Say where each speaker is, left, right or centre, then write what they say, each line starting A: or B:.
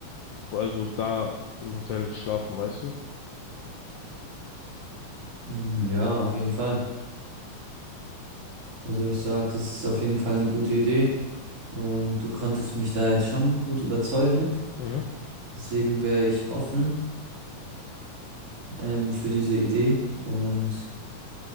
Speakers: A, on the left; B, on the right.
A: also da im Hotel schlafen, weißt du?
B: Mm, ja, auf jeden Fall. Also ich sag, das ist auf jeden Fall eine gute Idee und du konntest mich da jetzt schon gut überzeugen.
A: Mhm.
B: Deswegen wäre ich offen ähm, für diese Idee und